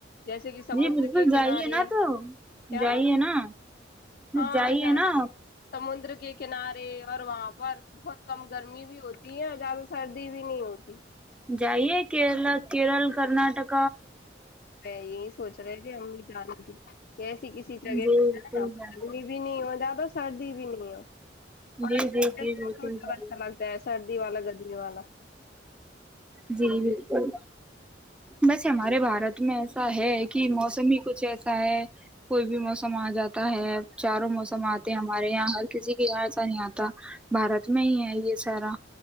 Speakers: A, on the left; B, in the centre.
A: جیسے کہ سمندر
B: جی بالکل
A: کے
B: جائیے
A: کنارے
B: نا تو
A: کیا
B: جائیے نا
A: ہاں
B: جائیے
A: جائیں
B: نا
A: سمندر کے کنارے اور وہاں پر بہت کم گرمی بھی ہوتی ہے زیادہ سردی بھی نہیں ہوتی
B: جائیےرلا کیرل کرناٹک
A: یہی سوچ رہے تھے ہم بھی جانے تھی ایسی کسی جگہ
B: جی
A: پہ
B: بالکل
A: جائیں
B: جائیے
A: گدمی بھی نہیں ہو زیادہ سردی بھی نہیں ہے اور
B: جی جی جی
A: م
B: بالکل
A: کب
B: جائیے
A: اچھا لگتا ہے سردی والا گدے والا
B: جی بالکل بس ہمارے باہر میں ایسا ہے کہ موسم ہی کچھ ایسا ہے کوئی بھی موسم آ جاتا ہے چاروں موسم آتے ہمارے یہاں ہر کسی کے گاں ایسا نہیں آتا بارت میں ہی ہے یہ سب سیرا